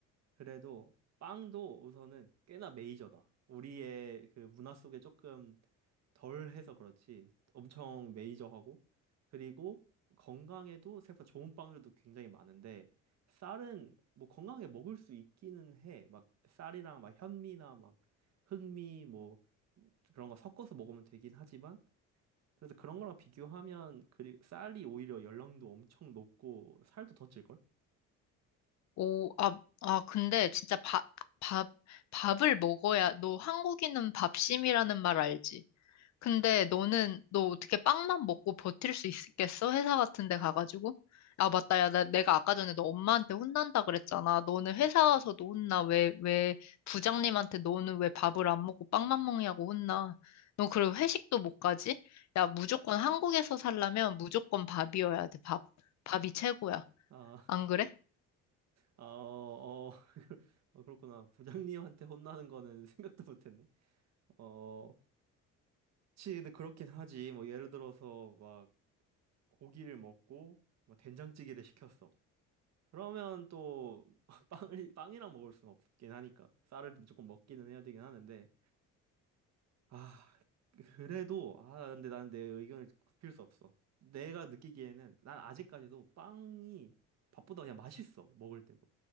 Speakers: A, on the right; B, on the left.
A: 그래도 빵도 우선은 꽤나 메이저다. 우리의 그 문화 속에 조금 덜 해서 그렇지 엄청 메이저하고 그리고 건강에도 생각보다 좋은 빵들도 굉장히 많은데 쌀은 뭐 건강하게 먹을 수 있기는 해. 막 쌀이랑 막 현미나 막 흑미 뭐 그런 거 섞어서 먹으면 되긴 하지만 그래서 그런 거랑 비교하면 그리 쌀이 오히려 열량도 엄청 높고 살도 더 찔걸?
B: 오, 아, 아, 근데 진짜 밥, 밥, 밥을 먹어야, 너 한국인은 밥심이라는 말 알지? 근데 너는, 너 어떻게 빵만 먹고 버틸 수 있겠어? 회사 같은 데 가가지고? 아, 맞다. 야, 나, 내가 아까 전에 너 엄마한테 혼난다 그랬잖아. 너는 회사 가서도 혼나. 왜, 왜, 부장님한테 너는 왜 밥을 안 먹고 빵만 먹냐고 혼나. 너 그리고 회식도 못 가지? 야, 무조건 한국에서 살려면 무조건 밥이어야 돼, 밥. 밥이 최고야.
A: 아,
B: 안 그래?
A: 아, 어, 어, <laughs> 어, 그렇구나. 부장님한테 혼나는 거는 <laughs> 생각도 못했네. 어, 그치, 근데 그렇긴 하지. 뭐, 예를 들어서, 막, 고기를 먹고, 뭐, 된장찌개를 시켰어. 그러면 또, <laughs> 빵을, 빵이랑 먹을 수는 없긴 하니까. 쌀을 무조건 먹기는 해야 되긴 하는데. 아, 그래도, 아, 근데 나는 내 의견을 굽힐 수 없어. 내가 느끼기에는, 난 아직까지도 빵이 밥보다 그냥 맛있어. 먹을 때도.